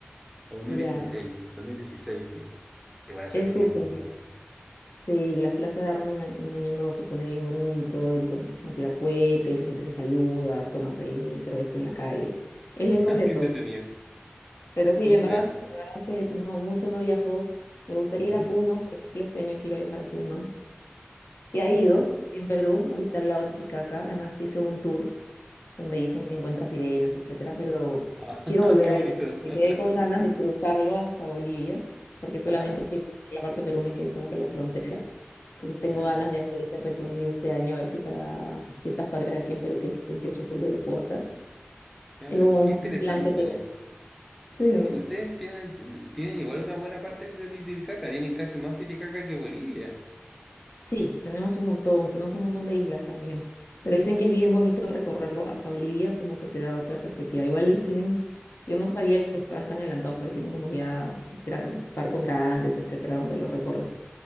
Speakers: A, in the centre; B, on the left.
A: O dos dos mil
B: Ya,
A: dieciséis dos mil dieciséis fui. Igual hace
B: Es
A: harto
B: súper.
A: tiempo, en verdad.
B: Sí, la plaza de armas en, a- en Año Nuevo se pone bien bonito, entonces empiezan a tirar cohetes, la gente se saluda, tomas ahí cerveza en la calle. Es bien
A: <laughs>
B: completo.
A: Qué entretenido.
B: Pero
A: Súper.
B: sí, en verdad, en verdad sí, no, mucho no viajó. Me gustaría
A: Ujú.
B: ir a Puno, por ejemplo, este año quiero viajar a Puno. Y
A: Ah,
B: ha ido aquí en Perú a visitar el lago Titicaca, además hice un tour donde dicen que encuentra sirenas, etcétera, pero
A: ah, <laughs>
B: quiero volver
A: qué bonito.
B: a ir. Me
A: <laughs>
B: quedé con ganas de cruzarlo hasta Bolivia, porque solamente
A: Ah,
B: fui por la parte de Perú, me quedé como que en la frontera. Entonces
A: claro,
B: tengo ganas de hacer ese recorrido este año, a ver si para Fiestas Patrias de aquí en Perú, que es 28 de julio, lo puedo hacer.
A: claro.
B: Es como
A: Qué
B: un
A: interesante.
B: plan que tengo. Sí,
A: Sí,
B: ¿no?
A: ustedes tienen, tienen igual una buena parte del río Titicaca. Tienen casi más Titicaca que Bolivia.
B: Sí, tenemos un montón, tenemos un montón de islas también, pero dicen que es bien bonito recorrerlo hasta Bolivia, como que te da otra perspectiva. Igual tienen, yo no sabía que están tan adelantados, pero tienen como ya gran- barcos grandes, etcétera, donde lo recorres.